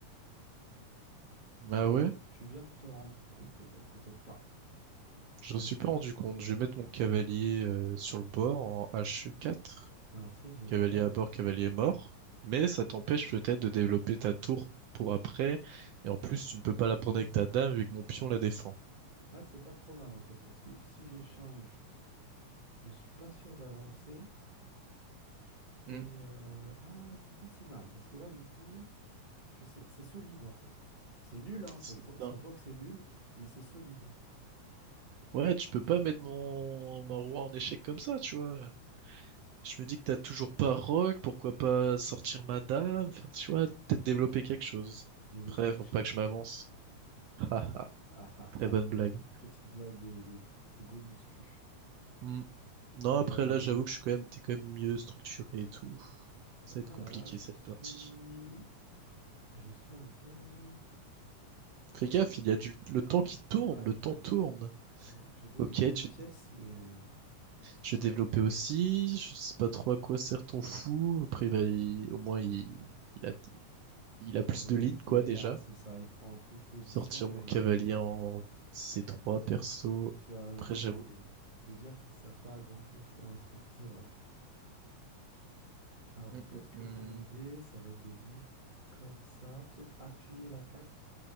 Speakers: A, on the right; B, on the right.
A: Bah
B: Je crois
A: ouais,
B: que tu viens de te rendre compte, peut-être, peut-être pas.
A: j'en
B: Ok.
A: suis pas rendu compte. Je vais mettre mon cavalier euh, sur le bord en H4.
B: Alors ça, j'y avais
A: Cavalier
B: pas...
A: à bord, cavalier mort, mais ça t'empêche peut-être de développer ta tour pour après, et en plus tu ne peux pas la prendre
B: Euh,
A: avec ta dame vu que mon pion la défend.
B: Ouais, c'est pas trop mal, en fait, parce que si j'échange, je suis pas sûr d'avancer, et...
A: Hmm,
B: euh, Ah ouais, c'est pas si mal, parce que là, du coup... Je sais, c'est solide en fait. C'est nul, hein,
A: c'est
B: ça se voit,
A: ça.
B: ça se voit que c'est nul, mais c'est solide.
A: Ouais, tu peux pas mettre mon... mon roi en échec comme ça, tu vois. Je me dis que t'as toujours pas rogue, pourquoi pas sortir ma dame, faire, tu vois, peut-être développer quelque chose.
B: Développé
A: Après,
B: couché.
A: faut pas que je m'avance. <laughs> Haha,
B: Ah ah
A: très
B: ah,
A: bonne
B: pe-
A: blague.
B: petite blague de, de, pro- de go muscu.
A: Hmm. Non,
B: Euh,
A: après là, j'avoue que je suis quand même, t'es quand même mieux structuré et tout. Ça va être
B: ah
A: compliqué
B: là là, je
A: cette
B: suis,
A: partie.
B: je suis un peu,
A: Fais
B: je ne
A: gaffe,
B: sais,
A: il y a du... le temps qui tourne,
B: ouais
A: le temps
B: ouais.
A: tourne.
B: Je, vais je vais développer
A: Ok,
B: mes
A: tu...
B: pièces, mais euh,
A: je vais développer aussi, je sais pas trop à quoi sert ton fou. Après, bah, il- au moins, il... il a... il a plus
B: bah, il
A: de lignes,
B: est, il
A: quoi,
B: est
A: déjà.
B: là, c'est ça. Il prend un peu de position,
A: Sortir
B: mais
A: mon cavalier en c trois perso.
B: tu as raison
A: Après, j'avoue.
B: de, de dire qu'il sert pas à grand chose pour l'instant. C'est vrai. Alors
A: Hum,
B: peut-être
A: hum,
B: que
A: hum.
B: mon idée, ça va être de venir comme ça, peut-être appuyer l'attaque.